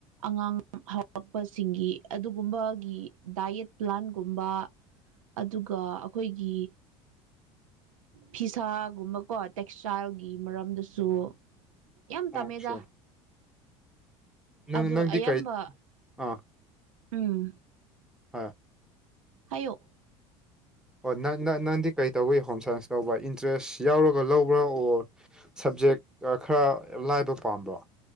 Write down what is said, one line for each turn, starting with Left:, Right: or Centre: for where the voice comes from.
Right: ꯑꯉꯥꯡ ꯍꯧꯔꯛꯄꯁꯤꯡꯒꯤ ꯑꯗꯨꯒꯨꯝꯕꯒꯤ ꯗꯥꯏꯌꯦꯠ ꯄ꯭ꯂꯥꯟꯒꯨꯝꯕ ꯑꯗꯨꯒ ꯑꯈꯣꯏꯒꯤ ꯐꯤꯁꯥꯒꯨꯝꯕꯀꯣ ꯇꯦꯛꯁꯇꯥꯏꯜꯒꯤ ꯃꯔꯝꯗꯁꯨ ꯌꯥꯝ
Centre: ꯑꯣꯀꯦ
Right: ꯇꯝꯃꯦꯗ
Centre: ꯅꯪ
Right: ꯑꯗꯣ
Centre: ꯅꯪꯗꯤ
Right: ꯑꯌꯥꯝꯕ
Centre: ꯀꯩ ꯑꯥ
Right: ꯎꯝ
Centre: ꯑꯥ
Right: ꯍꯥꯏꯌꯣ
Centre: ꯑꯣ ꯅ ꯅꯪꯗꯤ ꯀꯩ ꯇꯧꯋꯏ ꯍꯣꯝ ꯁꯥꯏꯟꯁ ꯇꯧꯕ ꯏꯟꯇꯔꯦꯁ ꯌꯥꯎꯔꯒ ꯂꯧꯕ꯭ꯔꯥ ꯑꯣꯔ ꯁꯕꯖꯦꯛ ꯈꯔ ꯂꯥꯏꯕ ꯄꯥꯝꯕ꯭ꯔꯣ